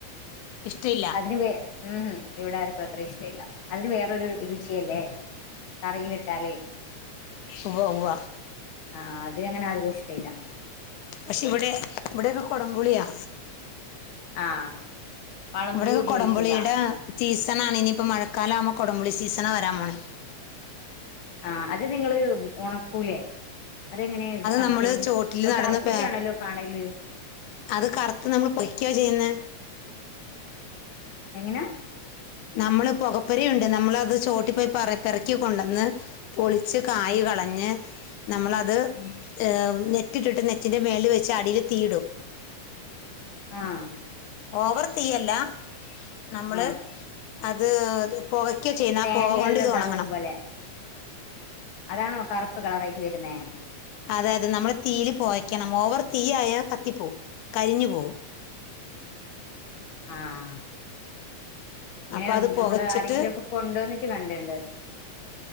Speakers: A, on the left; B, on the left.
A: ഇഷ്ടമില്ല
B: അതിന് വെ ഹ് ഹും ഇവിടാർക്കും അത്ര- അത്ര ഇഷ്ടയില്ല അതിന് വേറൊരു രുചിയല്ലേ കറിയിലിട്ടാലേ
A: ഉവ്വ ഉവ്വ
B: ആഹ് അത് അങ്ങനെ ആർക്കും ഇഷ്- ഇഷ്ടയില്ല
A: പക്ഷെ ഇവിടെ ഇവിടെയൊക്കെ കൊടംപുളിയാ
B: ആഹ് വളംപുളി
A: ഇവിടൊക്കെ
B: ഉപയോഗിക്കൂല
A: കൊടംപുളിടെ- സീസണാണ് ഇനിയിപ്പോ മഴക്കാലം ആവുമ്പോ കൊടംപുളി സീസണാ വരാൻ പോണെ
B: ആഹ് അത് നിങ്ങള് ഒണക്കൂലെ അതെങ്ങനെയാ അത്
A: നമ്മള്
B: ചെയ്യല്
A: ചോട്ടിൽ
B: അത്
A: നടന്ന്
B: കറപ്പിച്ചാണല്ലോ
A: പേ-
B: കാണല്
A: അത് കറുത്ത് നമ്മൾ പൊരിയ്ക്കോ ചെയ്യുന്നേ <unintelligible>
B: എങ്ങനാ
A: നമ്മള് പുകപ്പരുണ്ട് നമ്മളത് ചോട്ടി പോയി പറ പെറക്കിക്കൊണ്ടന്ന് പൊളിച്ച് കായ്
B: ഉം
A: കളഞ്ഞ് നമ്മളത്
B: ഉം
A: ഹേ നെ റ്റിട്ട്ട്ട് നെറ്റിന്റെ മേളിൽ വെച്ച് അടീല് തീയ്യ്ടും
B: ആഹ്
A: ഓവർ തീയല്ല നമ്മള്
B: ആഹ്
A: അത് അത് ത്പ് പുകയ്ക്കോ ചെയ്യുന്നേ
B: തേങ്ങയെല്ലാം
A: പുക കൊണ്ട് ഇത്
B: ഇതാക്കും
A: ഒണങ്ങണം
B: പോലെ അതാണോ കറുപ്പ് കളറായി വരുന്നേ?
A: അതെ അതെ നമ്മള് തീയില് പൊകക്കണം ഓവർ തീ ആയാാൽ കത്തി പോവും കരിഞ്ഞു പോവും
B: ആഹ ഇങ്ങനെ
A: അപ്പം അത്
B: നമ്മള്
A: പുകച്ചിട്ട്
B: ആരെങ്കിലും ഒക്കെ കൊണ്ടുവന്നി കണ്ടിണ്ട്